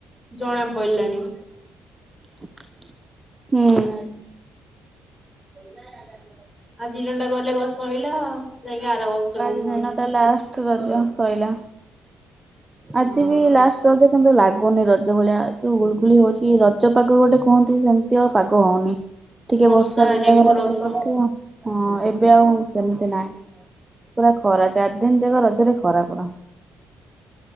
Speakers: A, in the centre; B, on the right.
A: ଜଣା ପଇଁଲାଣି।
B: ହୁଁ। <unintelligible>
A: ଆଜି ଦିନଟା ଗଲେ ବାସ୍ ସଇଲା ଆଉ। ଯାଇକି ଆର ବର୍ଷକୁ
B: ଆଜି
A: ପୁଣି
B: ଦିନଟା ଲାଷ୍ଟ ରଜ ସଇଲା। ଆଜି
A: ହଁ
B: ବି ଲାଷ୍ଟ ରଜ କିନ୍ତୁ ଲାଗୁ ଗୁନି ରଜ ଭଳିଆ ଯୋଉ ଗୁଳଗୁଳି ହଉଛି ରଜ ପାଗ ଗୋଟେ କହନ୍ତି ସେମିତି ଆଉ ପାଗ ହଉନି। ଟିକେ
A: ବର୍ଷାରେ
B: ବର୍ଷା ଘରେ ଘରେ
A: ଘୋରଉଥିବ
B: କଣ କରିଥିବ? ହଁ ଏବ୍ ଏବେ ଆଉ ସେମିତି
A: ହଁ।
B: ନାଇଁ। ପୁରା ଖରା ଚାର ଦିନ ଯାକ ରଜରେ ଖରା ପୁରା।